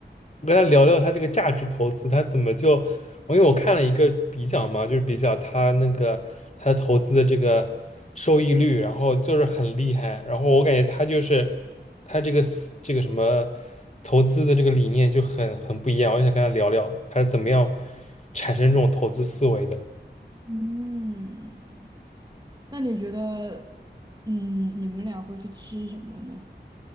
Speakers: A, on the left; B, on the right.
A: 我跟他聊聊他这个价值投资，他怎么就，我因为我看了一个比较嘛，就是比较他那个他投资的这个收益率，然后就是很厉害，然后我感觉他就是他这个思这个什么投资的这个理念就很很不一样，我就想跟他聊聊他是怎么样产生这种投资思维的。
B: 嗯，那你觉得，嗯，你们俩会去吃什么呢？